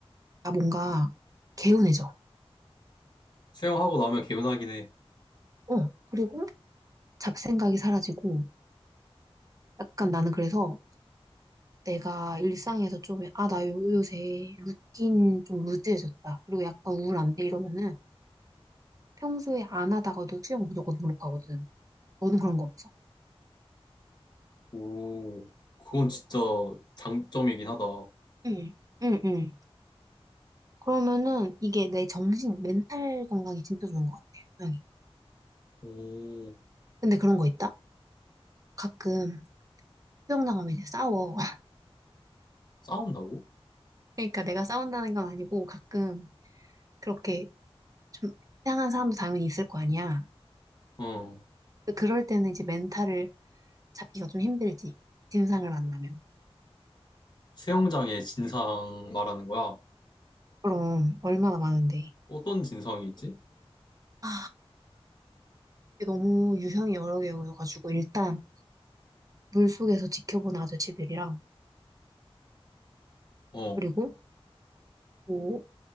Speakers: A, on the right; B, on the left.
A: 나 뭔가 개운해져.
B: 수영하고 나면 개운하긴 해.
A: 어. 그리고 잡생각이 사라지고 약간 나는 그래서 내가 일상에서 좀, 아, 나 요, 요새 루틴 좀 루즈해졌다. 그리고 약간 우울한데 이러면은 평소에 안 하다가도 수영 무조건 등록하거든. 너는 그런 거 없어?
B: 오, 그건 진짜 장점이긴 하다.
A: 응, 응, 응. 그러면은 이게 내 정신, 멘탈 건강이 진짜 좋은 것 같아, 수영이.
B: 오,
A: 근데 그런 거 있다? 가끔 수영장 가면 이제 싸워. <laughs>
B: 싸운다고?
A: 그러니까 내가 싸운다는 건 아니고 가끔 그렇게 좀 이상한 사람도 당연히 있을 거 아니야.
B: 어,
A: 그럴 때는 이제 멘탈을 잡기가 좀 힘들지. 진상을 만나면.
B: 수영장의 진상 말하는 거야. 어,
A: 그럼 얼마나 많은데.
B: 어떤 진상이 있지?
A: 아, 이게 너무 유형이 여러 개여가지고 일단 물속에서 지켜본 아저씨들이랑
B: 어,
A: 그리고 뭐